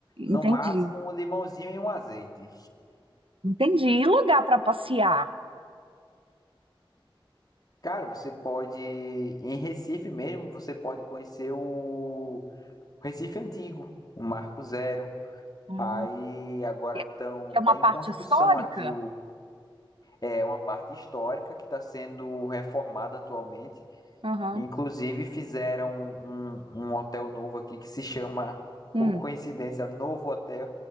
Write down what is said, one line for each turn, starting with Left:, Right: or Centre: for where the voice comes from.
Left: No
Right: Entendi.
Left: máximo um limãozinho e um azeite.
Right: Entendi. E lugar para passear?
Left: Cara, você pode, em Recife mesmo, você pode conhecer o Recife Antigo, o Marco Zero.
Right: Ah.
Left: Aí agora
Right: que é
Left: tão,
Right: que é uma
Left: tá em
Right: parte
Left: construção
Right: histórica.
Left: aqui o, é uma parte histórica que está sendo reformada atualmente.
Right: Aham.
Left: Inclusive fizeram um, um um hotel novo aqui que se chama,
Right: Hum.
Left: por coincidência, Novo Hotel,